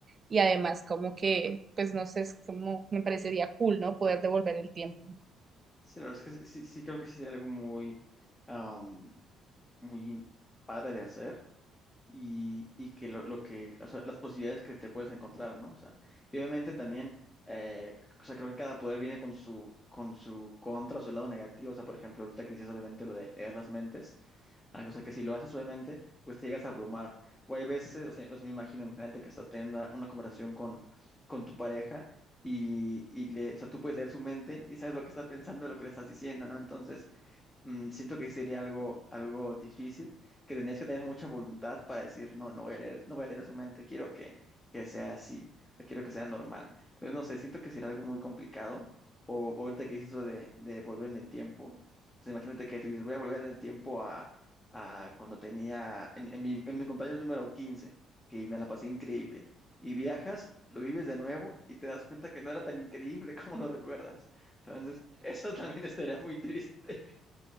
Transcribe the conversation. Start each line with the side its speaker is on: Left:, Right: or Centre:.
Right: y además como que, pues no sé, es como me parecería cool, ¿no? Poder devolver el tiempo.
Left: Sí, la verdad es que sí, sí sí creo que sí sería algo muy, am, muy in- padre de hacer y, y que lo, lo que, o sea, las posibilidades que te puedes encontrar, ¿no? O sea, y obviamente también, eh, o sea, creo que cada poder viene con su, con su contra, su lado negativo, o sea, por ejemplo, ahorita que dices obviamente lo de leer las mentes, Ah, O sea, que si lo haces suavemente, pues te llegas a abrumar. O hay veces, o sea, o sea, me imagino, imagínate que estás teniendo una, una conversación con, con tu pareja y, y le, o sea, tú puedes leer su mente y sabes lo que está pensando, lo que le estás diciendo, ¿no? Entonces, mm, siento que sería algo, algo difícil, que tendrías que tener mucha voluntad para decir, no, no voy a leer, no voy a leer a su mente, quiero que, que sea así, o sea, quiero que sea normal. Entonces, no sé, siento que sería algo muy complicado. O o ahorita que dices eso de, de volver en el tiempo, o sea, imagínate que tú dices, voy a volver en el tiempo a, a cuando tenía, en, en mi, en mi cumpleaños número 15 que me la pasé increíble, y viajas. Lo vives de nuevo y te das cuenta que no era tan increíble <laughs> como lo recuerdas. Entonces, <laughs> eso también estaría muy triste.